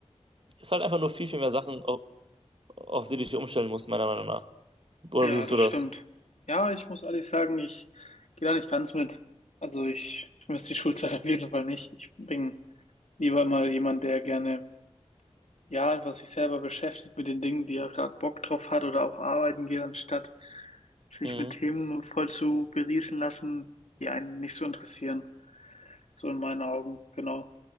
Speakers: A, on the right; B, on the left.
A: ist halt einfach nur viel, viel mehr Sachen, auf, auf die du dich umstellen musst, meiner Meinung nach. Oder
B: Ja,
A: wie siehst
B: das
A: du das?
B: stimmt. Ja, ich muss ehrlich sagen, ich gehe da nicht ganz mit. Also ich vermisse die Schulzeit auf jeden Fall nicht. Ich bin lieber immer jemand, der gerne Ja, einfach sich selber beschäftigt mit den Dingen, die er gerade Bock drauf hat oder auch arbeiten geht, anstatt sich
A: Mhm.
B: mit Themen voll zu berieseln lassen, die einen nicht so interessieren. So in meinen Augen, genau.